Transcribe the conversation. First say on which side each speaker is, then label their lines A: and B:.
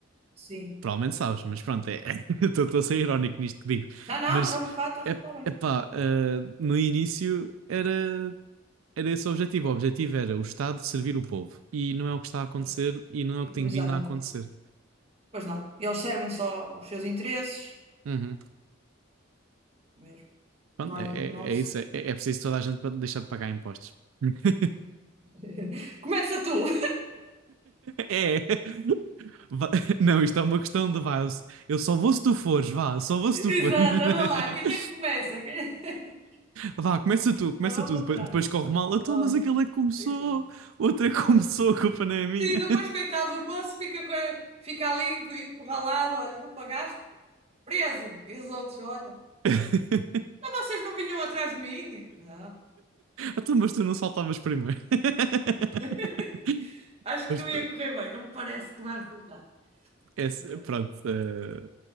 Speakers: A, on the right; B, on the right.
A: sim.
B: Provavelmente sabes, mas pronto, é, <laughs> estou a ser irónico nisto que digo.
A: Não, não,
B: Mas,
A: trava-fato, está
B: é,
A: bem.
B: epá, ah, no início era, era esse o objetivo. O objetivo era o Estado servir o povo. E não é o que está a acontecer
A: Sim,
B: e não
A: exatamente.
B: é o que tem vindo a acontecer.
A: Pois não, eles servem só os seus interesses
B: Uhum.
A: mesmo.
B: Pronto,
A: Olha,
B: é, é,
A: não sei.
B: é isso. É, é preciso toda a gente pa- deixar de pagar impostos. <laughs>
A: <laughs> Começa tu. <laughs>
B: É. Va- <laughs> Não, isto é uma questão de vá. Eu só vou se tu fores, vá, só vou
A: Exato,
B: se tu fores.
A: anda lá. Quem é que começa?
B: <laughs>
A: Quem é-
B: Vá, começa
A: <laughs>
B: tu, começa
A: Nós vamos
B: tu.
A: atrás.
B: Depois, depois corre mal. Então,
A: Oh,
B: mas aquele é que começou,
A: então.
B: o outro é que
A: Oh.
B: começou, a culpa não é minha.
A: Sim, depois, coitado, o moço fica, co- fica ali encu- encurralado. Olha, não pagaste? Preso. E os outros, olha,
B: <laughs>
A: mas vocês não vinham atrás de mim? Não.
B: Então, mas tu não saltavas primeiro. <laughs>
A: <laughs> Acho
B: Mas
A: que não
B: pronto.
A: ia correr bem. Não me parece que vai resultar.
B: Esse-
A: Não parece.
B: pronto, eh,